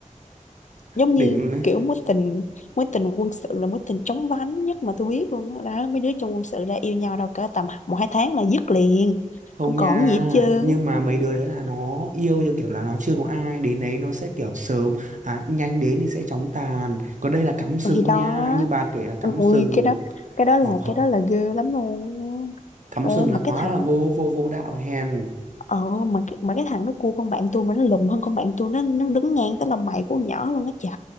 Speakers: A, on the right (about 65°); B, on the left (about 65°).
A: <laughs>
B: giống
A: đỉnh
B: như
A: luôn
B: kiểu mối tình mối tình quân sự là mối tình chóng vánh nhất mà tôi biết luôn đó, đó mấy đứa trong quân sự ra yêu nhau đâu cỡ tầm một hai tháng là dứt liền
A: không
B: không còn
A: nha
B: gì hết trơn
A: nhưng mà mấy đứa đấy là nó yêu theo kiểu là nó chưa có ai đến đấy nó sẽ kiểu sớm à, nhanh đến thì sẽ chóng tàn còn đây là cắm sừng
B: thì
A: luôn
B: đó
A: nha như bà kể là cắm
B: ui
A: sừng
B: cái đó cái đó là
A: hỏng hỏng
B: cái đó là ghê lắm luôn
A: cắm
B: ờ,
A: sừng
B: mà
A: là quá
B: cái thằng
A: là vô vô vô đạo hèn
B: ờ mà cái- mà cái thằng nó cua con bạn tôi mà nó lùn hơn con bạn tôi nó nó đứng ngang tới lòng mày của con nhỏ luôn á trời